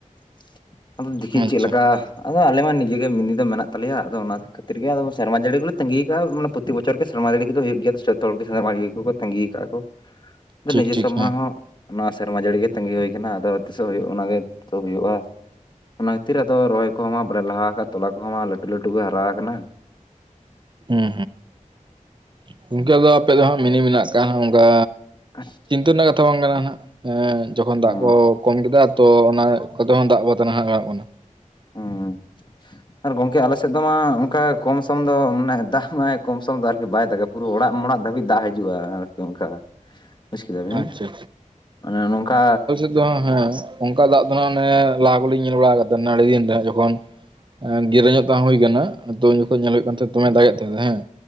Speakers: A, on the left (about 35°); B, on the right (about 35°).
A: ᱾ ᱟᱫᱚ ᱫᱮᱠᱷᱤ
B: ᱟᱪᱪᱷᱟ
A: ᱪᱮᱫ ᱞᱮᱠᱟ ᱟᱫᱚ ᱟᱞᱮ ᱢᱟ ᱱᱤᱡᱮᱜᱮ ᱢᱤᱱᱤ ᱫᱚ ᱢᱮᱱᱟᱜ ᱛᱟᱞᱮᱭᱟ ᱟᱫᱚ ᱚᱱᱟ ᱠᱷᱟᱹᱛᱤᱨ ᱜᱮ ᱟᱫᱚᱼᱼ ᱥᱮᱨᱢᱟ ᱡᱟᱹᱲᱤ ᱠᱚᱞᱮ ᱛᱟᱹᱜᱤ ᱠᱟᱜᱼᱟ ᱢᱟᱱᱮ ᱯᱚᱛᱤ ᱵᱚᱷᱚᱨ ᱜᱮ ᱥᱮᱨᱢᱟ ᱡᱟᱹᱲᱤ ᱠᱚᱫᱚ ᱦᱩᱭᱩᱜ ᱜᱮᱭᱟ ᱡᱚᱛᱚ ᱜᱮ ᱥᱮᱨᱢᱟ ᱡᱟᱹᱲᱤ ᱜᱮ ᱠᱚᱠᱚ ᱛᱟᱺᱜᱤ ᱠᱟᱜᱼᱟ ᱠᱚ᱾
B: ᱴᱷᱤᱠ
A: ᱱᱤᱡᱮᱥᱚᱢᱟ
B: ᱴᱷᱤᱠ ᱦᱮᱸ
A: ᱦᱚᱸᱼᱼ ᱚᱱᱟ ᱥᱮᱨᱢᱟ ᱡᱟᱹᱲᱤ ᱜᱮ ᱛᱟᱺᱜᱤ ᱦᱩᱭ ᱠᱟᱱᱟ ᱟᱫᱚ ᱛᱤᱥᱚᱜ ᱦᱩᱭᱩᱜ ᱚᱱᱟ ᱜᱮ ᱪᱮᱜ ᱦᱩᱭᱩᱜᱼᱟ᱾ ᱚᱱᱟ ᱠᱷᱟᱹᱛᱤᱨ ᱟᱫᱚ ᱨᱚᱦᱚᱭ ᱠᱚᱦᱚᱸ ᱢᱟ ᱵᱟᱞᱮ ᱞᱟᱦᱟ ᱟᱠᱟᱜᱼᱟ ᱛᱚᱞᱟ ᱠᱚᱦᱚᱸ ᱢᱟ ᱞᱟᱹᱴᱩ ᱞᱟᱹᱴᱩ ᱜᱮ ᱦᱟᱨᱟ ᱟᱠᱟᱱᱟ᱾
B: ᱦᱩᱸ ᱦᱩᱸ ᱜᱚᱝᱠᱮ ᱟᱫᱚ ᱟᱯᱮ ᱫᱚ ᱦᱟᱸᱜ ᱢᱤᱱᱤ ᱢᱮᱱᱟᱜ ᱟᱠᱟᱜᱼᱟ ᱦᱟᱸᱜ ᱚᱝᱠᱟᱼᱼ
A: <inaudible>
B: ᱨᱮᱱᱟᱜ ᱠᱟᱛᱷᱟ ᱵᱟᱝ ᱠᱟᱱᱟ ᱦᱟᱝ ᱦᱮ ᱡᱚᱠᱷᱚᱱ
A: ᱦᱩᱸ
B: ᱫᱟᱜ ᱠᱚ ᱠᱚᱢ ᱠᱮᱫᱟ ᱛᱚ ᱚᱱᱟ ᱡᱚᱛᱚᱠᱷᱚᱱ ᱫᱟᱜ <unintelligible> ᱦᱟᱜ ᱜᱟᱱᱚᱜ ᱠᱟᱱᱟ
A: ᱦᱩᱸᱻ ᱟᱨ ᱜᱚᱢᱠᱮ ᱟᱞᱮᱥᱮᱫ ᱫᱚ ᱢᱟ ᱚᱱᱠᱟ ᱠᱚᱢ ᱥᱚᱢ ᱫᱚ ᱢᱟᱱᱮ ᱫᱟᱜ ᱢᱟᱭ ᱠᱚᱢ ᱥᱚᱢ ᱫᱚ ᱟᱨᱠᱤ ᱵᱟᱭ ᱫᱟᱜᱟ ᱯᱩᱨᱟᱹ ᱚᱲᱟᱜ ᱢᱚᱲᱟᱜ ᱫᱷᱟᱹᱵᱤᱡ ᱫᱟᱜ ᱦᱤᱡᱩᱜᱼᱟ ᱟᱨᱠᱤ ᱚᱱᱠᱟ ᱵᱩᱡᱽ ᱠᱮᱫᱟᱵᱤᱱ,
B: ᱟᱪᱪᱷᱟ
A: ᱢᱟᱱᱮ ᱱᱚᱝᱠᱟ
B: ᱟᱫᱚ ᱦᱟᱸᱜ ᱦᱮᱸ ᱾ ᱚᱱᱠᱟ ᱫᱟᱜ ᱫᱚ ᱦᱟᱸᱜ ᱚᱱᱮ ᱞᱟᱦᱟ ᱠᱷᱚᱱ ᱞᱤᱧ ᱧᱮᱞ ᱵᱟᱲᱟ ᱟᱠᱟᱫ ᱛᱟᱦᱮᱱ, ᱟᱹᱰᱤ ᱫᱤᱱ ᱨᱮ ᱦᱟᱸᱜ ᱡᱚᱠᱷᱚᱱ ᱦᱮ ᱜᱤᱫᱨᱟᱹ ᱧᱚᱜ ᱛᱟᱦᱮ ᱦᱩᱭ ᱠᱟᱱᱟ᱾ ᱟᱫᱚ ᱩᱱ ᱡᱚᱠᱷᱚᱱ ᱧᱮᱞ ᱦᱩᱭᱩᱜ ᱠᱟᱱ ᱛᱟᱦᱮᱸᱫ ᱫᱚᱢᱮ ᱫᱟᱜ ᱮᱫ ᱛᱟᱦᱮᱸᱫ ᱦᱮᱸ᱾